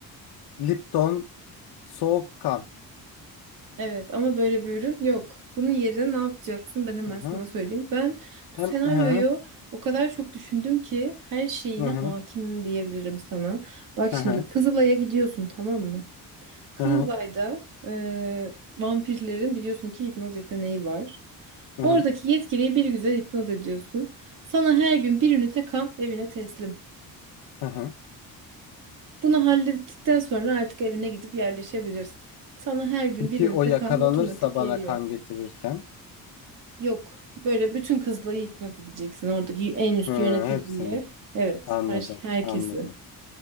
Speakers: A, on the left; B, on the right.
A: e, Lipton soğuk kan.
B: Evet ama böyle bir ürün yok. Bunun yerine ne yapacaksın ben hemen
A: Hı hı.
B: sana söyleyeyim. Ben
A: Hem
B: bu senaryoyu
A: hı
B: o kadar çok düşündüm ki her şeyine
A: hı hı
B: hakimim
A: hı
B: diyebilirim sana. Bak
A: hı
B: şimdi Kızılay'a gidiyorsun tamam mı? Kızılay'da
A: hı hı
B: eee, vampirlerin biliyorsun ki hipnoz yeteneği var.
A: hı
B: Oradaki
A: hı
B: yetkiliyi bir güzel hipnoz ediyorsun. Sana her gün bir ünite kan evine teslim.
A: hı hı.
B: Bunu hallettikten sonra artık evine gidip yerleşebilirsin. Sana her gün
A: Peki
B: bir ünite
A: o yakalanırsa
B: kan otomatik geliyor.
A: bana kan getirirken?
B: Yok, böyle bütün kızları hipnot edeceksin oradaki en üst
A: Hı,
B: yöneticiyi.
A: hepsini
B: Evet,
A: anladım
B: her, herkesi.
A: anladım.